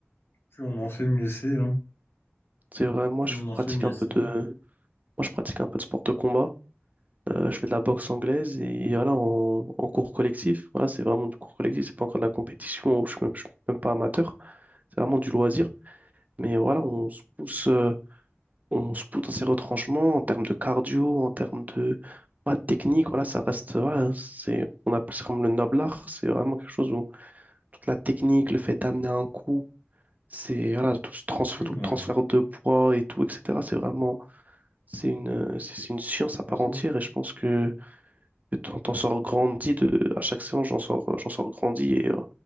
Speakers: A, on the left; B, on the right.
A: Plus on en fait, mieux c'est, hein.
B: C'est vrai, moi
A: Plus
B: je
A: on en
B: pratique
A: fait, mieux
B: un peu
A: c'est.
B: de, moi je pratique un peu de sport de combat. Euh, je fais de la boxe anglaise et voilà, en, en cours collectif. Voilà, c'est vraiment du cours collectif, c'est pas encore de la compétition, ou je suis même, je suis même pas amateur, c'est vraiment du loisir. Mais voilà, on se pousse, euh, on se pousse dans ces retranchements en termes de cardio, en termes de ouais, de technique. Voilà, ça reste, voilà, c'est, on appelle ça comme le noble art. C'est vraiment quelque chose où toute la technique, le fait d'amener un coup, c'est voilà, tout ce transfert,
A: J'imagine.
B: tout le transfert
A: ouais.
B: de poids et tout, etc. C'est vraiment, c'est une, euh, c'est c'est une science
A: J'imagine.
B: à part entière. Et je pense que que t'en t'en sors grandi de, à chaque séance, j'en sors, j'en sors grandi. Et euh,